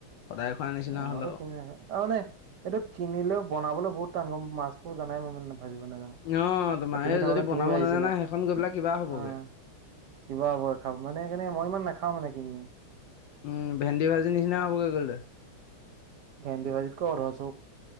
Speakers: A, on the left (about 75°); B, on the right (about 65°).
A: সদায় খোৱাৰ নিচিনা হ'ল
B: মইতো
A: আৰু
B: কিনিকো তাৰ মানে এইটো কিনিলেও বনাবলে বহুত তা মাছতো জানাই মই ইমান না ভাজিব নাজানো,
A: অ তোমাৰ
B: এ তুমি
A: এই
B: থাকোতে
A: যদি বনাব
B: তুমি ভাজিছিলা
A: নাজানা সেইখন গৈ পেলাই কিবা হ'বগৈ
B: অ। কিবা হ'ব খা মানে সেইকাৰনে মই ইমান নাখাও মানে কিনি।
A: উম ভেন্দি ভাজি নিচিনা হ'বগৈ গ'ল দে।
B: ভেন্দি ভাজিত কৈ অধচ